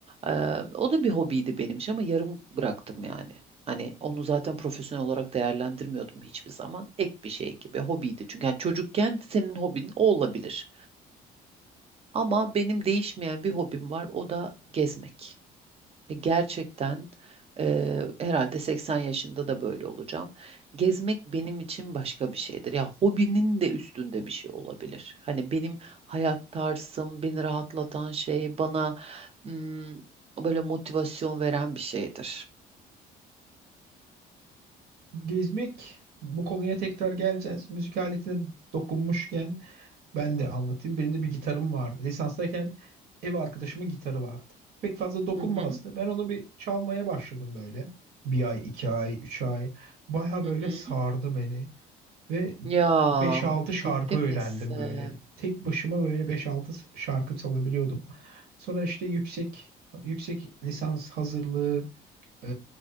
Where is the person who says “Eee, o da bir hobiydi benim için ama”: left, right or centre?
Right